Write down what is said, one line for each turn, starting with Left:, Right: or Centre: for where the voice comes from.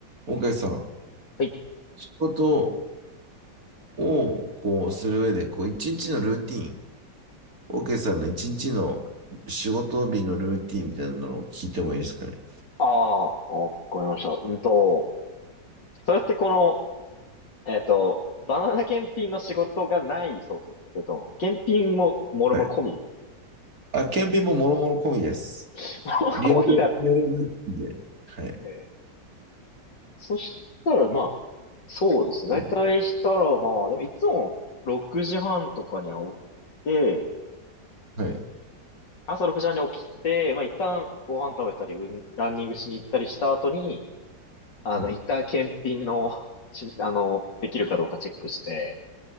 Right: 大海さん、
Left: はい。
Right: 仕事をこうする上で、こう一日のルーティーン、大海さんの一日の仕事日のルーティーンみたいなのを聞いてもいいですかね。
Left: ああ、わかりました。うんと、それってこの、えっと、バナナ検品の仕事がないそうですかそれとも、検品も、もろもろ込み。
Right: はい。あ、顕微ももろもろ込みです。
Left: <laughs> もろもろ込みだっ
Right: リアル、リアルルーティーンで。はい。
Left: て。そしたら、まあ、そうですね。だいたいしたら、
Right: はい。
Left: まあ、でもいつも6時半とかには起きて、
Right: はい。
Left: 朝6時半に起きて、まあ一旦ご飯食べたり、うん、ランニングしに行ったりした後に、あの、
Right: はい。
Left: 一旦検品の、しあの、できるかどうかチェックして、